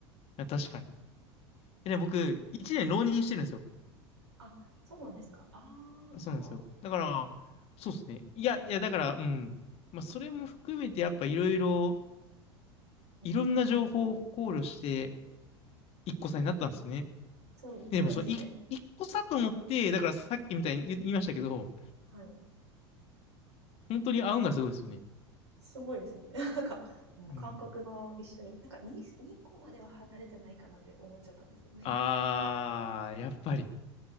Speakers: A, on the left; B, on the right.
A: や、確かに。でね、僕、1年浪人してるんですよ。
B: あ、そうなんですか。ああ、じゃあ、
A: そうなんですよ。だから、そうですね。いや、いや、だから、うん。まあ、それも含めて、やっぱいろいろ、
B: うん。
A: いろんな情報を考慮して、一個差になったんですね。
B: そうなんですね。
A: でも、そう、い一個差と思って、だからさっきみたいに言言いましたけど、
B: はい。
A: 本当に合うんがすごいですよね。
B: すごいですね。<laughs> なんか、うん、
A: うん。
B: 感覚が一緒に、なんか 2, 個までは離れてないかなって思っちゃったんですよね。
A: あー、やっぱり、